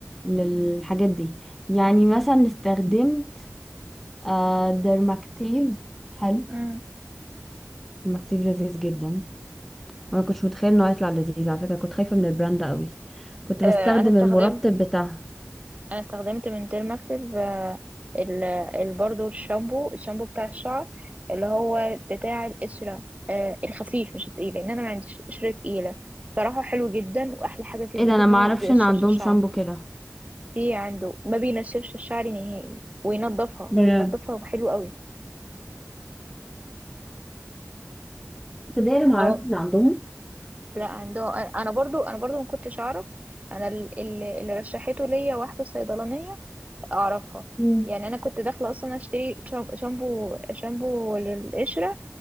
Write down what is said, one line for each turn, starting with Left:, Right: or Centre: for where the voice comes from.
Centre: للحاجات دي يعني مثلا استخدمت آه، ديرماكتيف حلو
Right: مم.
Centre: ديرماكتيف لذيذ جدا ما كنتش متخيل انه هيطلع لذيذ على فكرة كنت خايفة من البراند ده قوي كنت
Right: آه
Centre: بستخدم
Right: أنا استخدمت
Centre: المرطب بتاعهم
Right: انا استخدمت من ديرماكتيف آه، ال ال- برضو الشامبو الشامبو بتاع الشعر اللي هو بتاع القشرة آه، الخفيف مش التقيل لان انا ما عنديش قشرة تقيلة صراحة حلو جدا واحلى حاجة فيه
Centre: ايه
Right: بجد
Centre: ده انا
Right: ان
Centre: ما
Right: هو
Centre: اعرفش
Right: ما بيقشرش
Centre: ان عندهم
Right: الشعر
Centre: شامبو كده
Right: في عنده ما بينشفش الشعر نهائي وينضفها
Centre: بجد
Right: بينضفها وحلو قوي
Centre: ده ما
Right: اه
Centre: اعرفش ان عندهم
Right: لا عنده انا برضو انا برضو ما كنتش اعرف انا ال- اللي اللي رشحته ليا واحدة صيدلانية اعرفها
Centre: مم.
Right: يعني انا كنت داخله اصلا اشتري شام- شامبو شامبو للقشره